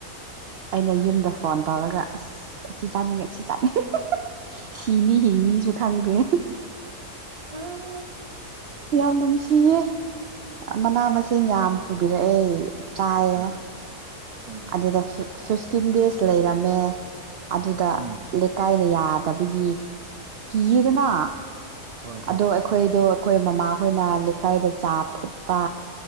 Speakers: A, on the right; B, on the right.
A: ꯑꯩꯅ ꯌꯨꯝꯗ ꯐꯣꯟ ꯇꯧꯔꯒ ꯑꯁ ꯁꯤ ꯆꯥꯅꯤꯡꯉꯦ ꯁꯤ ꯆꯥꯅꯤꯡꯉꯦ ꯁꯤꯅꯤ ꯍꯤꯡꯅꯤꯁꯨ ꯊꯪꯗ
B: ꯑꯥ
A: ꯌꯥꯝ ꯅꯨꯡꯁꯤꯌꯦ ꯃꯅꯥ ꯃꯁꯤꯡ ꯌꯥꯝ ꯄꯨꯕꯤꯔꯛꯑꯦ ꯆꯥꯏꯌꯦ
B: ꯑ ꯑꯣ
A: ꯑꯗꯨꯗ ꯐꯤꯐꯇꯤꯟ ꯗꯦꯖ ꯂꯩꯔꯝꯃꯦ ꯑꯗꯨꯗ
B: ꯎꯝ
A: ꯀꯥꯏꯅ ꯌꯥꯗꯕꯒꯤ ꯀꯤꯗꯅ
B: ꯍꯣꯏ ꯍꯣꯏ
A: ꯑꯗꯣ
B: ꯍꯣꯏ
A: ꯑꯩꯈꯣꯏꯗꯣ ꯑꯩꯈꯣꯏ ꯃꯃꯥꯍꯣꯏꯅ ꯂꯩꯀꯥꯏꯗ ꯆꯥ ꯐꯨꯠꯄ